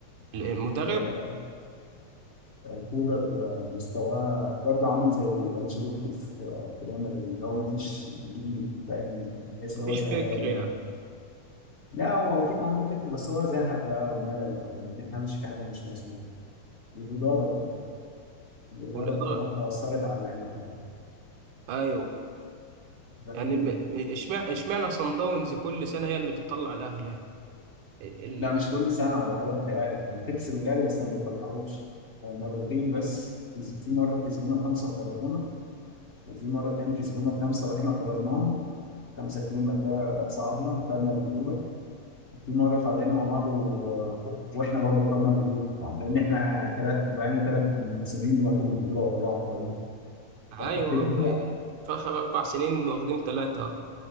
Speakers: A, on the right; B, on the left.
A: المدرب
B: اه آه، كولر آه، مستواه برضه عامل زي انشيلوتي في آه، في ريال مدريد اللي هو ما فيش جديد فاهم تحس
A: مفيش
B: ان هو زهقان
A: فكر يعني
B: و- لا هو اكيد عنده فكر بس هو زهق بقى وملل او ما تفهمش في حاجه مش مظبوطه والاداره برضه الاداره
A: والاداره
B: قراراتها اثرت على اللعيبه يعني
A: ايوه
B: ده
A: يعني
B: كله
A: م- اشمع اشمعنى سان داونز كل سنه هي اللي بتطلع الاهلي يعني ال... ال-
B: لا مش كل سنة ولا حاجة بتهيألك يعني تكسب الأهلي بس ما بتطلعوش هو مرتين بس كس- في مرة كسبونا خمسة وخرجونا وفي مرة تاني كسبونا خمسة وإحنا خرجناهم خمسة اتنين بعد كده صعدنا وخدنا البطولة في مرة تعادلنا مع بعض و... وإحنا برضه خدنا البطولة لأن إحنا تلات بقالنا تلات سنين بناخد البطولة ورا بعض
A: ايوه
B: تقريبا
A: ب- في اخر اربع سنين واخدين ثلاثه